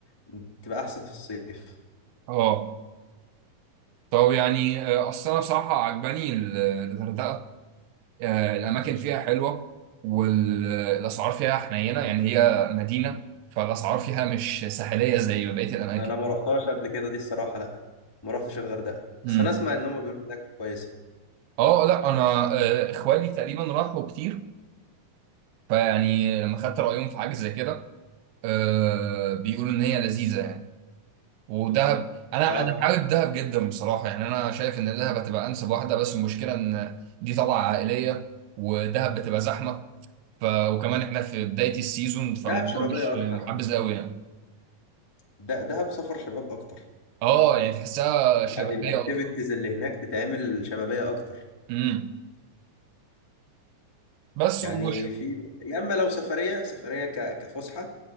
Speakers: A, on the left; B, on the right.
A: بتبقى احسن في الصيف
B: اه طب يعني آه، اصل انا بصراحه عجباني ال- الغردقه آه، الاماكن فيها حلوه والاسعار فيها حنينه يعني هي مدينه فالاسعار فيها مش ساحليه زي بقيه الاماكن
A: انا ما رحتهاش قبل كده دي الصراحة لا ما رحتش الغردقة
B: امم
A: بس انا اسمع ان هم بيقولوا انها كويسة
B: اه لا انا آه، اخوالي تقريبا راحوا كتير فيعني لما خدت رأيهم في حاجة زي كده آه بيقولوا إن هي لذيذة يعني ودهب أنا
A: اه
B: أنا حابب دهب جدا بصراحة يعني أنا شايف إن دهب هتبقى أنسب واحدة بس المشكلة إن دي طلعة عائلية ودهب بتبقى زحمة ف وكمان إحنا في بداية السيزون فالموضوع
A: دهب شبابية
B: مش
A: اكتر
B: محبذ قوي يعني
A: ده دهب سفر شباب اكتر
B: أه يعني تحسها شبابية
A: يعني الاكتيفيتيز
B: أكتر
A: اللي هناك تتعمل شبابية اكتر
B: امم بس
A: يعني
B: وبش
A: في يا اما لو سفرية سفرية ك- كفسحة